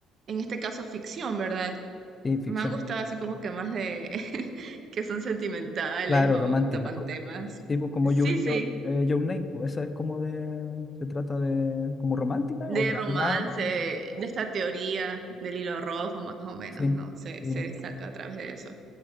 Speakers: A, on the right; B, on the left.
A: en este caso, ficción, ¿verdad?
B: Sí, ficción.
A: Me han gustado así como que más de <laughs> que son sentimentales
B: Claro,
A: o
B: romántica.
A: topan
B: Co-
A: temas.
B: Sí, pues como
A: Sí,
B: Your,
A: sí,
B: Your, eh, Your Name, pues esa es como de, se trata de, como romántica
A: de
B: o dra-
A: romance,
B: drama,
A: de
B: sí.
A: esta teoría del hilo rojo, más o menos,
B: Sí.
A: ¿no? Se,
B: sí.
A: se saca a través de eso.